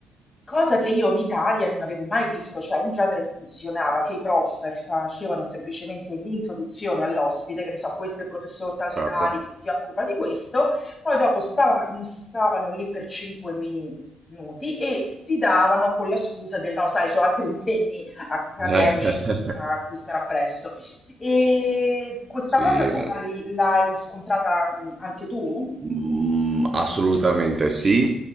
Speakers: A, on the left (about 25°); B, on the right (about 30°).
A: Cosa che io in Italia non avevo mai visto, cioè in genere funzionava che i prof facevano semplicemente l'introduzione all'ospite, che ne so, questo è il professor tal
B: certo.
A: dei tali che si occupa di questo, poi dopo stava- stavano lì per cinque minuti e si davano con la scusa del no, sai, ho altri impegni accademici
B: <laughs>
A: a cui, a cui stare appresso. E questa
B: Sì,
A: cosa tu
B: ma...
A: l'hai l'hai riscontrata mh, anche tu?
B: Mm, Assolutamente sì,